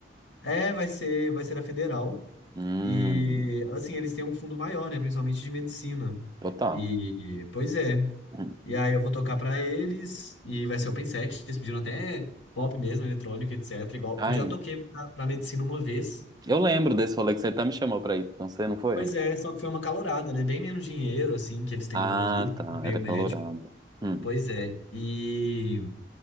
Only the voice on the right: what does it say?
Hum,
total.
Hum.
Ai,
eu lembro desse rolê que você até me chamou pra ir com você, não foi?
Ah,
tá.
Era
calorada. Hum.